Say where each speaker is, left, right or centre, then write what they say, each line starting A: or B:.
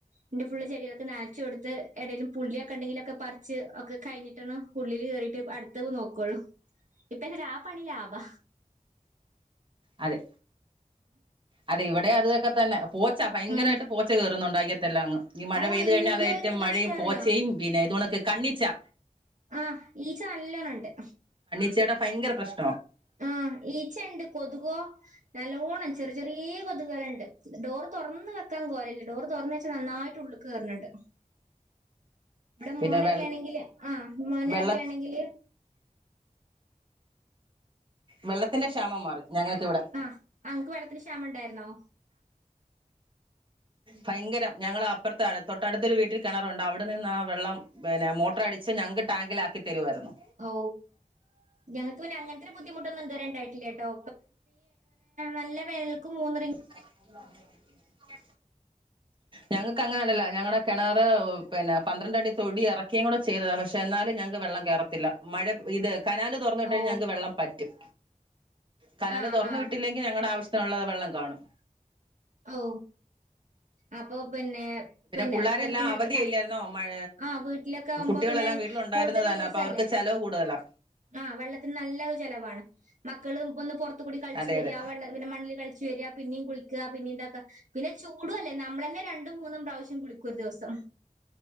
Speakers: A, on the right (about 65°); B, on the right (about 35°).
A: ന്നിട്ട് ഫുള് ചെടികൊക്കെ നനച്ചു കൊടുത്ത് എടേലും പുള്ളിയൊക്കെ ഉണ്ടെങ്കിലൊക്കെ പറിച്ച് ഒക്കെ കഴിഞ്ഞിട്ട് ട്ടണ ഉള്ളില് കേറിയിട്ട് അടുത്തത് നോക്കോളു ഇപ്പ ഏതാലും ആ പണി ലാഭാ.
B: അതെ അതെ ഇവിടെ അതൊക്കെ തന്നെ പോച്ച ഭയങ്കരമായിട്ട്
A: ഉം
B: പോച്ച കയറുന്നുണ്ടാക്കി ത്തെല്ലാങ്ങ് ഈ മഴ
A: ഓ
B: പെയ്ത്
A: എന്തൊരു
B: കഴിഞ്ഞാൽ അത ഏറ്റവും മഴയും
A: കഷ്ടാറിയോ
B: പോച്ചയും പിന്നെ ഇത് കണക്ക് കണ്ണിച്ചാ
A: ആ ഈച്ച നല്ലോണണ്ട്
B: ച്ചേടെ ഭയങ്കര പ്രശ്
A: ആ ഈച്ചണ്ട് കൊതുകോ നല്ലോണം ചെറിയ ചെറിയ കൊതുക് വല യുണ്ട് ഡോർ തുറന്ന് വെക്കാൻ കോലല്ല ഡോറ് തുറന്ന വെച്ച നന്നായിട്ട് ഉള്ളുക്ക് കേയറുന്നുണ്ട് ഇവിടെ
B: പിന്നെ
A: മോനൊക്കെ
B: വെ
A: ആണെങ്കില് ആ മോനനൊക്കെ
B: വെള്ള
A: ആണെങ്കില്
B: വെള്ളത്തിന്റെ ക്ഷാമം മാറി ഞങ്ങൾക്കിവിടെ
A: ആഹ് ഇങ്ങക്ക് വെള്ളത്തിന് ക്ഷാമ ഉണ്ടായിരുന്നോ?
B: ഭയങ്കരം ഞങ്ങള അപ്പുറത്തെ ആഴത്ത് തൊട്ടടുത്തരു വീട്ടിൽ കിണറുണ്ട് അവിടെ നിന്ന് ആ വെള്ളം പിന്നെ മോട്ടർ അടിച്ച് ഞങ്ങക്ക് ടാങ്കിലാക്കി തരുമായിരുന്നു
A: ഓ ഞങ്ങക്ക് പിന്നെ അങ്ങന ഇത്ര ബുദ്ധിമുട്ടൊന്നും ഇതുവരെ ഇണ്ടായിട്ടില്ലേ കേട്ടോ നല്ലവേനൽക്കും മൂന്ന് റിങ്
B: ആഹ്
A: -
B: ഞങ്ങക്ക് അങ്ങനെ അല്ലല്ലോ ഞങ്ങടെ കെണറ് പിന്നെ പന്ത്രണ്ട് അടി തൊടി എറക്കിയും കൂടെ ചെയ്തതാണ് പക്ഷെ എന്നാലും ഞങ്ങക്ക് വെള്ളം കേറത്തില്ല മഴ ഇത് കനാല് തൊറന്ന് വിട്ട്
A: ഓ
B: കഴിഞ്ഞാ ഞങ്ങൾക്ക് വെള്ളം പറ്റും കനാല്
A: ആഹ്
B: തോറന്നു
A: ആഹ്
B: വിട്ടില്ലെങ്കിൽ ഞങ്ങളുടെ ആവശ്യം- ഒള്ളത് വെള്ളം കാണും
A: ഓ അപ്പൊ പിന്നെ പിന്നെ
B: പിള്ളേരെല്ലാം
A: വെന്തിടുത്ത്
B: അവധിയില്ലായിരുന്നോ മഴ
A: ആഹ് വീട്ടിലൊക്കെ ആവുമ്പോ
B: കുട്ടികളെല്ലാം
A: പിന്നെ
B: വീട്ടിലുണ്ടായിരുന്നത്
A: കൂടുതൽ
B: തന്നെ
A: യൂസ്ല്ലേ
B: അപ്പൊ അവർക്ക് ചെലവ് കൂടുതലാ
A: ആ വെള്ളത്തിന് നല്ല ചെലവാണ് മക്കള് വന്ന് പൊ - ആ കൂടി കളിച്ച
B: അതെ
A: വരിക
B: അതെ
A: വന്നെ മണ്ണിൽ കളിച്ച വരിക പിന്നെയും കുളിക്കുക പിന്നെ ഇതോക്കെ പിന്നെ ചൂടു അല്ലേ നമ്മള് തന്നെ രണ്ടും മൂന്നും പ്രാവശ്യം കുളിക്കും ഒരു ദിവസം